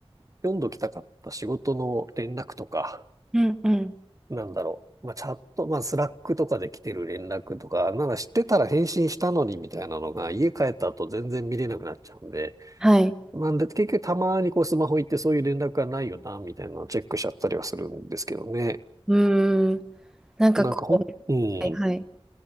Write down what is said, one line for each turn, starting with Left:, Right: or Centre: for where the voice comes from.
Right: 読んどきたかった仕事の連絡とか、
Centre: うんうん。
Right: なんだろう。まあ、チャット、まあ、スラックとかで来てる連絡とか、なんか知ってたら返信したのにみたいなのが、家帰った後全然見れなくなっちゃうんで、
Centre: はい。
Right: なんで、結局たまにこうスマホ行ってそういう連絡がないよな、みたいなのをチェックしちゃったりはするんですけどね。
Centre: うーん。なんかこう、
Right: なんかほん、うん。
Centre: はいはい。